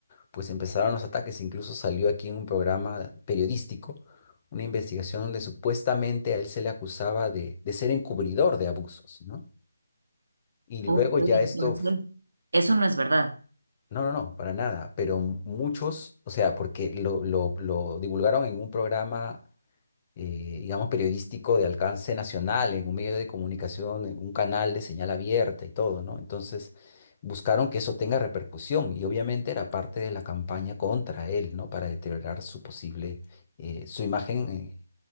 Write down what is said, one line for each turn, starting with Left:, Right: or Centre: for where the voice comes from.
Left: pues empezaron los ataques. Incluso salió aquí en un programa periodístico una investigación donde supuestamente a él se le acusaba de, de ser encubridor de abusos, ¿no? Y luego
Right: Ok, entonces,
Left: ya esto
Right: eso no es verdad.
Left: No, no, no, para nada, pero muchos, o sea, porque lo, lo- lo divulgaron en un programa, eh, digamos, periodístico de alcance nacional, en un medio de comunicación, en un canal de señal abierta y todo, ¿no? Entonces, buscaron que eso tenga repercusión y obviamente era parte de la campaña contra él, ¿no? Para deteriorar su posible, eh, su imagen, eh,